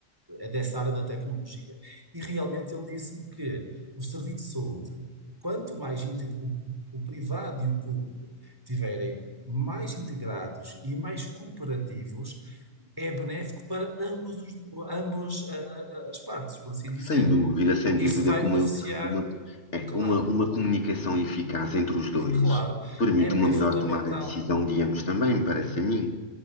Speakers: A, on the right (about 20°); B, on the left (about 75°).
A: é dessa área da tecnologia. E realmente ele disse-me que o serviço de saúde, quanto mais inte- o, o privado e o público tiverem mais integrados e mais cooperativos, é benéfico para ambos os, ambos a- a- as partes, por assim dizer.
B: Sem dúvida, sem
A: Isso
B: dúvida,
A: vai
B: como
A: beneficiar,
B: ele- uma, é,
A: claro,
B: uma, uma comunicação eficaz entre os
A: e
B: dois
A: claro,
B: permite
A: é
B: uma
A: é
B: melhor
A: fundamental.
B: tomada de decisão de ambos também, parece a mim.